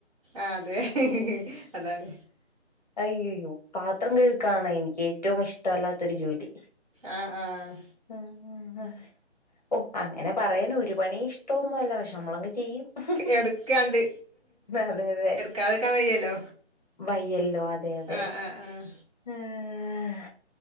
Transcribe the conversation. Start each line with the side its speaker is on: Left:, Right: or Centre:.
Right: ആഹ് അതെ. അതാണ്
Left: അയ്യയ്യോ പാത്രം കഴ്‌ക്കാണ് എനിക്കേറ്റവും ഇഷ്ടമല്ലാത്തൊരു ജോലി.
Right: ആഹ് ആഹ്
Left: ആഹ്, ഓഹ് അങ്ങനെ പറയണു ഒരുപണി ഇഷ്ട്ടോന്നു അല്ല പക്ഷെ നമ്മളങ്ങ് ചെ ചെയ്യും. <unintelligible>
Right: എടുക്കാണ്ട്
Left: അതെ അതെ
Right: എടുക്കാതെക്കാൻ വയ്യല്ലോ
Left: വയ്യല്ലോ അതെ അതെ.
Right: ആഹ് ആഹ് ആഹ്
Left: ആഹ്